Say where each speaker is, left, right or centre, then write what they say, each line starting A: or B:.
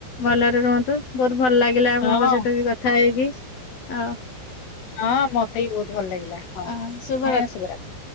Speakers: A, on the left (about 50°); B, on the left (about 90°).
A: ଭଲରେ ରୁହନ୍ତୁ, ବହୁତ ଭଲ ଲାଗିଲା ଆପଣଙ୍କ
B: ହଁ।
A: ସହିତ ବି କଥା ହେଇକି ଆଉ
B: ହଁ ମତେ ବି ବହୁତ ଭଲ ଲାଗିଲା ହଁ
A: ଆ ଶୁଭରାତ୍ରି।
B: ହଁ, <unintelligible>